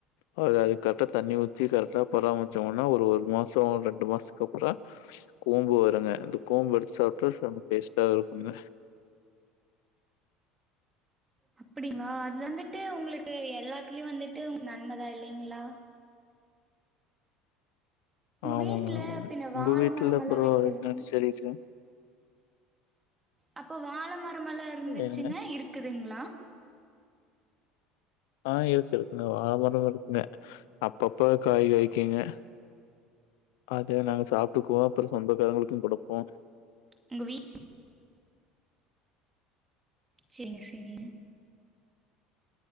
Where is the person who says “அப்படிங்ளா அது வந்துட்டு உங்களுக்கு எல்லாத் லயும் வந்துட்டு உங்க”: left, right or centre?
Right